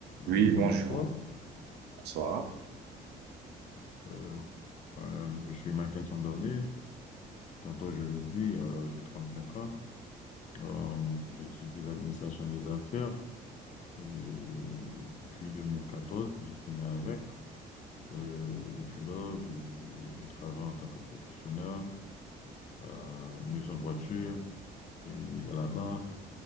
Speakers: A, on the left (about 45°); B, on the right (about 80°).
A: Euh,
B: Oui,
A: rebonsoir.
B: bonjour, bonsoir.
A: Euh, euh, je suis Mackinson Dorné. Tantôt, je le dis, euh, j'ai cinq ans. Euh, j'ai étudié l'administration des affaires. Et puis, deux mille quatorze. j'ai fini avec. Euh, depuis là, je, je- je travaille en tant que professionnel à une maison de voiture et à la banque.